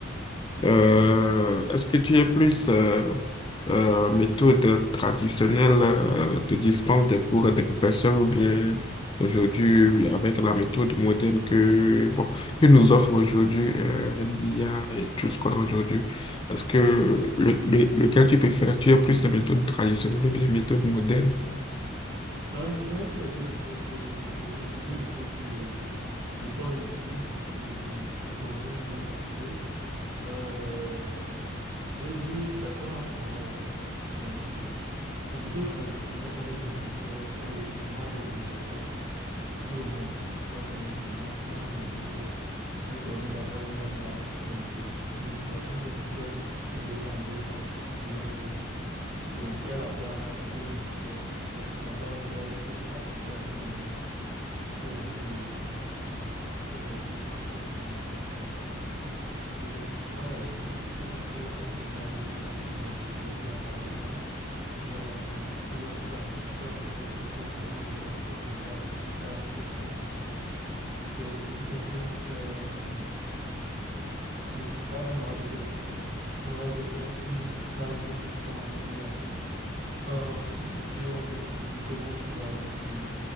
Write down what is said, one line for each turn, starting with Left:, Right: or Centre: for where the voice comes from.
Left: Euh, est-ce que tu es plus euh, euh, méthode traditionnelle euh, de dispense des cours des professeurs ou bien aujourd'hui oui, avec la méthode moderne que, bon, que nous offre aujourd'hui euh, l'IA et tout ce qu'on a aujourd'hui? Est-ce que le, le- lequel tu préfères? Tu es plus méthode traditionnelle ou bien méthode moderne?
Right: Euh, je dirais que les deux méthodes, euh, les deux, les deux méthodes me, me sont utiles, me, me conviennent bien parce que, euh, je vais dire, chacun a son rôle en fait. Donc, euh, La méthode traditionnelle, elle est nécessaire et pour moi, elle est obligatoire pour tout le monde, pas seulement pour moi, dans la mesure où elle permet d'avoir une bonne base. Donc, euh, l'éducation doit, doit se, se dérouler en deux phases de nos jours. Donc, il y a la base qui est nécessaire. Donc, la base doit être appliquée à tout le monde. Donc, euh, euh, comment les choses fonctionnent à la base. Et maintenant, par la suite, on peut enchaîner avec maintenant l'utilisation des IA, par exemple euh, qui va faciliter en fait ce qu'on connaît déjà, ce qu'on a déjà acquis par la méthode traditionnelle. Donc, ce qui fait que euh, là, on aura des personnes, on aura des personnes qui savent ce qu'ils font avec l'IA. Donc, Or, si c'est qu'on veut uniquement se baser sur,